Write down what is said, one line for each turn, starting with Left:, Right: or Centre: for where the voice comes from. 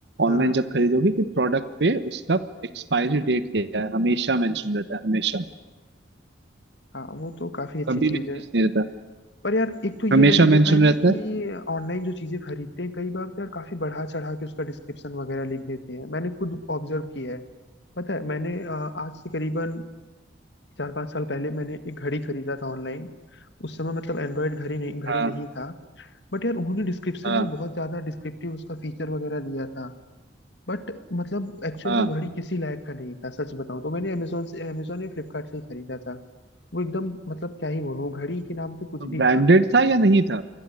Left: हाँ
Right: ऑनलाइन जब खरीदोगे कि प्रोडक्ट पे उसका एक्सपायरी डेट क्या है हमेशा मेंशन रहता है हमेशा
Left: हाँ वो तो काफी अच्छी
Right: कभी
Left: चीज
Right: भी चीज
Left: है
Right: नहीं रहता
Left: पर यार एक तो ये
Right: हमेशा
Left: मैंने
Right: मेंशन
Left: देखा है ना
Right: रहता
Left: कि
Right: है
Left: ऑनलाइन जो चीजें खरीदते हैं कई बार तो यार काफी बढ़ा चढ़ा के उसका डिस्क्रिप्शन वगैरह लिख देते हैं मैंने खुद ऑब्जर्व किया है पता है मैंने अ, आज से करीबन चार पांच साल पहले मैंने एक घड़ी खरीदा था ऑनलाइन उस समय मतलब एंड्रॉयड घड़ी नहीं घड़ी
Right: हाँ
Left: नहीं था बट यार उन्होंने डिस्क्रिप्शन
Right: हाँ
Left: में बहुत ज्यादा डिस्क्रिप्टिव उसका फीचर वगैरह दिया था बट मतलब एक्चुअल
Right: हाँ
Left: में घड़ी किसी लायक का नहीं था सच बताऊं तो मैंने अमेजोन से अमेजोन या फ्लिपकार्ट से ही खरीदा था वो एकदम मतलब क्या ही बोलूं घड़ी के नाम पे कुछ
Right: तो
Left: भी
Right: ब्रांडेड
Left: था
Right: था या नहीं था